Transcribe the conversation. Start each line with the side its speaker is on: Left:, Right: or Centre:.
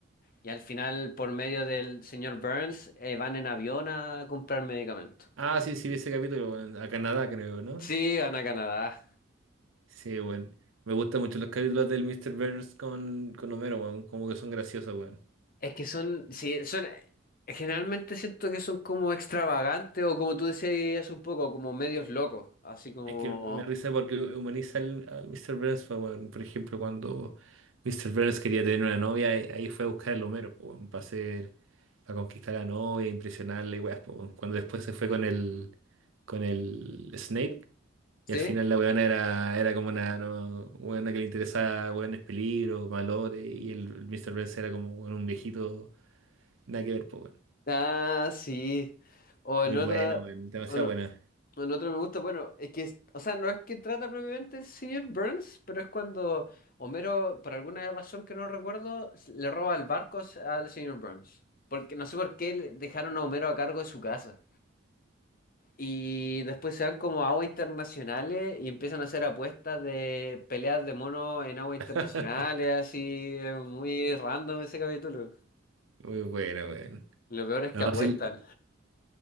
Left: Y al final, por medio del señor Burns, eh, van en avión a comprar medicamentos.
Right: Ah, sí, sí, vi ese capítulo, weón. A Canadá, creo, ¿no?
Left: Sí, van a Canadá.
Right: Sí, weón. Me gustan mucho los capítulos del Mr. Burns con, con Homero, weón. Como que son graciosos, weón.
Left: Es que son, sí, son, eh, generalmente siento que son como extravagantes o como tú decías hace un poco, como medios locos, así como,
Right: Es que me da risa porque humaniza al, al Mr. Burns, pues, weón. Por ejemplo, cuando Mr. Burns quería tener una novia, ahí ahí fue a buscar al Homero, pues, weón, para hacer, para conquistar a la novia, impresionarle, weas, pues, weón. Cuando después se fue con el, con el Snape,
Left: ¿sí?
Right: y al final la weona era, era como una no, weona que le interesaba weones peligro, malote, y el, el Mr. Burns era como weón, un viejito, nada que ver, pues, weón.
Left: Ah, sí. O en
Right: Muy
Left: otra,
Right: buena, weón, demasiado
Left: o lo-
Right: buena.
Left: o en otro me gusta, bueno, es que, es- o sea, no es que trata propiamente el señor Burns, pero es cuando Homero, por alguna razón que no recuerdo, s- le roba el barco s- al señor Burns. Porque no sé por qué le- dejaron a Homero a cargo de su casa. Y después se van como a aguas internacionales y empiezan a hacer apuestas de peleas de monos en aguas internacionales,
Right: <laughs>
Left: así, eh, muy random ese capítulo.
Right: Muy buena, weón.
Left: Lo peor es que
Right: No,
Left: apuestan.
Right: sí,